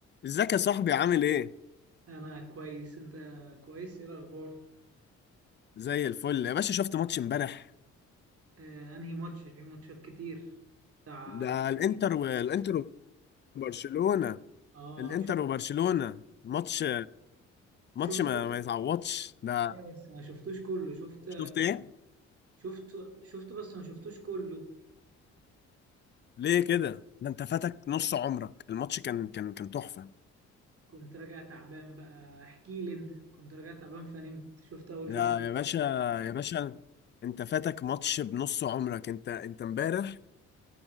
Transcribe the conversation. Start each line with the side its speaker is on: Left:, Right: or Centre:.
Left: ازيك يا صاحبي عامل ايه؟
Right: انا كويس انت كويس ايه الاخبار
Left: زي الفل يا باشا شفت ماتش امبارح
Right: آه انهي ماتش في ماتشات كتير بتاع
Left: ده الانتر والانتر وبرشلونة
Right: اه
Left: الانتر
Right: شفت
Left: وبرشلونة ماتش ماتش
Right: شفته
Left: ما,
Right: بس
Left: ما يتعوضش ده
Right: إيه بس ما شفتوش كله شفت
Left: شفت ايه؟
Right: شفت شفته بس ما شفتوش كله
Left: ليه كده؟ ده انت فاتك نص عمرك الماتش كان كان كان تحفة
Right: كنت راجع تعبان بقى احكي لي انت كنت راجع تعبان فنمت شفت اول
Left: يا
Right: شوط
Left: يا باشا يا باشا انت فاتك ماتش بنص عمرك انت انت امبارح